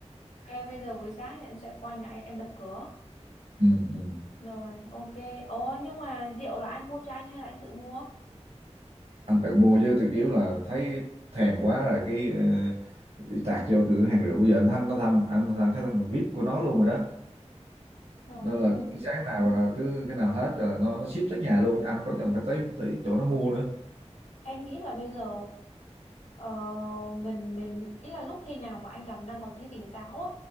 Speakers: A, on the left; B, on the right.
A: ok bây giờ buổi sáng em sẽ qua nhà anh em đập cửa
B: ừ, ừ.
A: rồi ok ồ nhưng mà rượu là anh mua cho anh hay là anh tự mua
B: anh tự mua chứ tự kiểu là thấy thèm quá rồi cái ờ, tạt vô cửa hàng rượu bây giờ anh thanh nó thanh anh thanh khách thanh VIP của nó luôn rồi đó
A: rồi
B: nên là cứ sáng nào à, cứ cái nào hết rồi nó nó ship tới nhà luôn anh không có cần phải tới tới chỗ nó mua nữa
A: Em nghĩ là bây giờ ờ, mình mình ý là lúc khi nào mà anh cảm đang còn thấy tỉnh táo á,